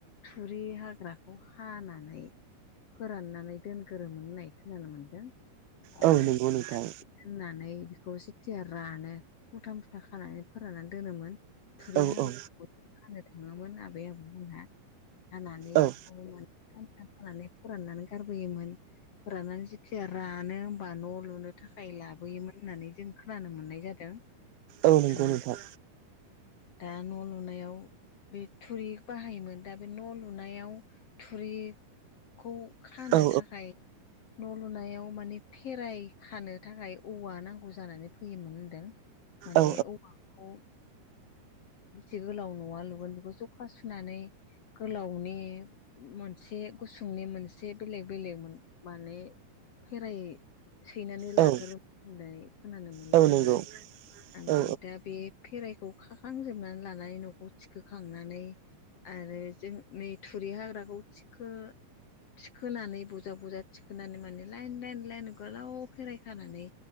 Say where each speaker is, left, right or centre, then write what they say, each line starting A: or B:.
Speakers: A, on the left (about 65°); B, on the right (about 75°).
A: थुरि हाग्राखौ हानानै फोराननानै दोनग्रोमोन होननाय खोनानो मोनदों
B: औ
A: आरो
B: नंगौ नोंथां
A: होननानै बेखौ सिथिया रानो मुथा मुथा खानानै फोराननानै दोनोमोन। थुरि
B: औ
A: हाग्रा
B: औ
A: बयबो खानो थाङोमोन आबै आबौमोनहा हानानै
B: औ
A: बेखौ मोन मुथा खानानै फोराननानै गारबोयोमोन। फोराननानै जेथिया रानो हबा न' लुनो थाखाय लाबोयोमोन होननानै जों खोनानो मोननाय जादों। ओ
B: औ नंगौ नोंथां
A: दा न' लुनायाव बे थुरि बाहायोमोन दा बे न' लुनायाव थुरिखौ खानो
B: औ
A: थाखाय न' लुनायाव माने फेराय खानो थाखाय औवा नांगौ जानानै फैयोमोन होनदों। माने
B: औ
A: औवाखौ ओ बेसे गोलाव न'वा लुगोन बेखौ जखा सुनानै गोलावनि मोनसे गुसुंनि मोनसे बेले बेलेग माने फेराइ सैनानै
B: औ
A: लाग्रो होननाय खोनानो मोनो
B: औ
A: जोङो
B: नंगौ
A: ओमफ्राय
B: औ
A: दा बे फेराइखौ खाखांजोबनानै लानानै न'खौ थिखो खांनानै आरो जों नै थुरि हाग्राखौ थिखो थिखोनानै बजा बजा थिखोनानै माने लाइन लाइन लाइन गोलाव फेराय खानानै